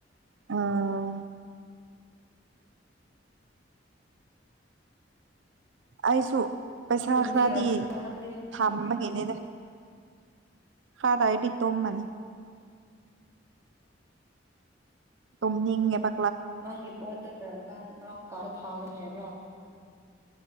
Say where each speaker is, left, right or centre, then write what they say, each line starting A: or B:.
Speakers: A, on the right; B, on the right.
A: ꯑꯥ ꯑꯩꯁꯨ ꯄꯩꯁꯥ
B: ꯇꯨꯝꯅꯤꯡꯈ꯭ꯔꯕ꯭ꯔꯣ
A: ꯈꯔꯗꯤ
B: ꯅꯪꯗꯤ
A: ꯊꯝꯕꯒꯤꯦꯅꯦꯗ ꯍ ꯔꯥꯏꯗꯤ ꯇꯣꯃꯅꯤ ꯇꯝ ꯑꯦꯕ
B: ꯅꯪꯒꯤ ꯄꯣꯠꯇ ꯀꯔꯝ ꯀꯥꯟ ꯑꯔꯥꯡꯝ ꯀꯥꯟꯗ ꯊꯥꯒꯅꯤ ꯍꯥꯏꯕ꯭ꯔꯣ